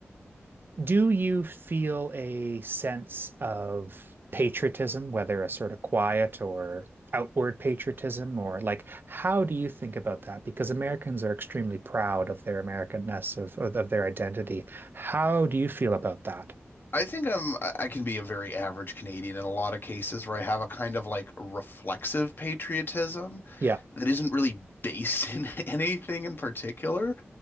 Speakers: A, on the right (about 50°); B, on the left (about 50°).
A: do you feel a sense of patriotism, whether a sort of quiet or outward patriotism, or like, how do you think about that? Because Americans are extremely proud of their Americanness, of of their identity. How do you feel about that?
B: I think I'm I I can be a very average Canadian in a lot of cases where I have a kind of like reflexive patriotism
A: Yeah.
B: that isn't really based in <laughs> anything in particular.